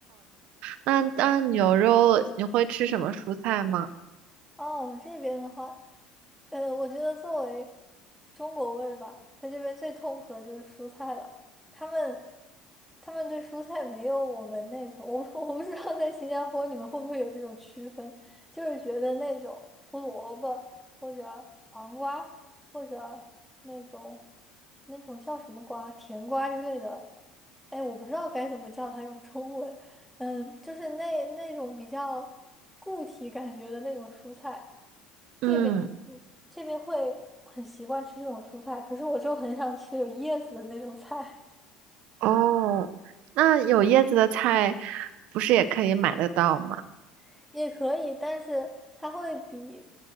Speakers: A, on the right (about 65°); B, in the centre.
A: 那那牛肉你会吃什么蔬菜吗？
B: 哦，我们这边的话，呃，我觉得作为中国胃吧，在这边最痛苦的就是蔬菜了。他们他们对蔬菜没有我们那种，我不 <laughs> 我不知道在新加坡你们会不会有这种区分，就是觉得那种胡萝卜或者黄瓜或者那种那种叫什么瓜，甜瓜之类的，哎，我不知道该怎么叫它用中文，嗯，就是那那种比较固体感觉的那种蔬菜，这边嗯这边会很习惯吃这种蔬菜，
A: 嗯。
B: 可是我就很想吃有叶子的那种菜，
A: 哦，那有叶子的菜不是也可以买得到吗？
B: <laughs> 也可以，但是它会比